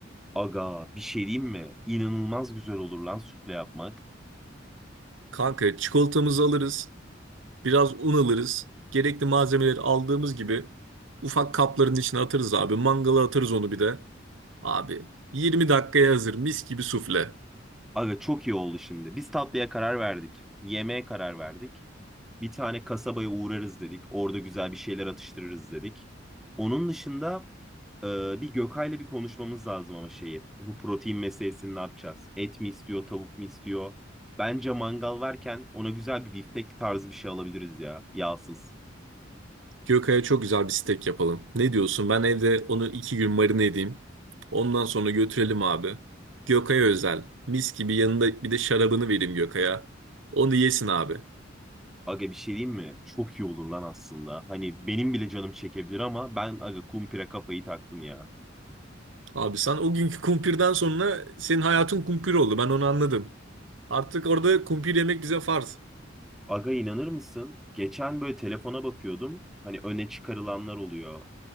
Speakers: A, in the centre; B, on the right.
A: Aga bir şey diyeyim mi? İnanılmaz güzel olur lan sufle yapmak.
B: Kanka çikolatamızı alırız. Biraz un alırız. Gerekli malzemeleri aldığımız gibi ufak kapların içine atarız abi. Mangala atarız onu bir de. Abi 20 dakikaya hazır mis gibi sufle.
A: Aga çok iyi oldu şimdi. Biz tatlıya karar verdik. Yemeğe karar verdik. Bir tane kasabaya uğrarız dedik. Orada güzel bir şeyler atıştırırız dedik. Onun dışında e, bir Gökay'la bir konuşmamız lazım ama şeyi. Bu protein meselesini ne yapacağız? Et mi istiyor, tavuk mu istiyor? Bence mangal varken ona güzel bir biftek tarzı bir şey alabiliriz ya. Yağsız.
B: Gökay'a çok güzel bir steak yapalım. Ne diyorsun? Ben evde onu iki gün marine edeyim. Ondan sonra götürelim abi. Gökay'a özel. Mis gibi yanında bir de şarabını vereyim Gökay'a. Onu yesin abi.
A: Aga bir şey diyeyim mi? Çok iyi olur lan aslında. Hani benim bile canım çekebilir ama ben aga kumpire kafayı taktım ya.
B: Abi sen o günkü kumpirden sonra senin hayatın kumpir oldu. Ben onu anladım. Artık orada kumpir yemek bize farz.
A: Aga inanır mısın? Geçen böyle telefona bakıyordum. Hani öne çıkarılanlar oluyor.